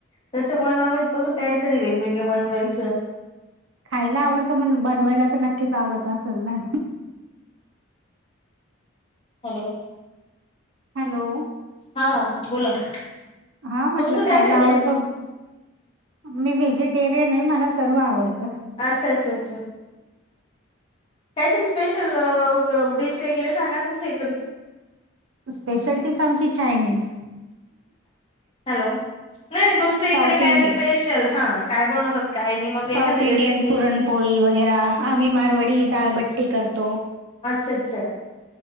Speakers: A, on the left; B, on the right.
A: त्याच्यामुळे नॉन व्हेज पासून काहीतरी वेगवेगळं बनवायचं.
B: खायला आवडतं मग बनवायला तर नक्कीच आवडत असंल ना.
A: हॅलो.
B: हॅलो.
A: हा बोला ना
B: हा म्हंटलं
A: तुमचं काय
B: खायला
A: फेवरेट
B: आवडतं मी व्हेजिटेरियन हाय मला सर्व आवडतं.
A: अच्छा अच्छा अच्छा. काहीतरी स्पेशल अं डिश वगेरे सांगा तुमची एक.
B: स्पेशलडीश आमची चायनीज.
A: हॅलो नाय नाय तुमच्या
B: साऊथ
A: इकडे काय
B: इंडियन
A: स्पेशल हा काय बनवतात? काय नाही मग
B: साऊथ
A: एखादी
B: इंडियन
A: रेसिपी
B: पुरणपोळी वगेरा आम्ही मारवाडी डाळबट्टी करतो.
A: अच्छ अच्छा.